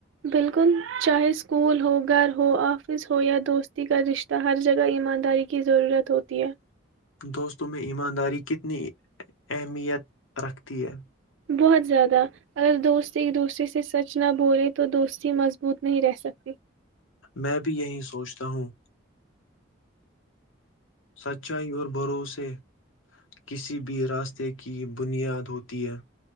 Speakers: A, on the right; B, on the left.
A: بالکل چاہے اسکول ہو گھر ہو آفس ہو یا دوستی کا رشتہ ہر جگہ ایمانداری کی ضرورت ہوتی ہے
B: دوستوں میں ایمانداری کی کتنی اہمیت رکھتی ہے
A: بہت زیادہ اگر دوست ایک دوسرے سے سچ نہ بولے تو دوستی مضبوط نہیں رہ سکتی
B: میں بھی یہی سوچتا ہوں سچائی اور بھروسے کسی بھی راستے کی بنیاد ہوتی ہے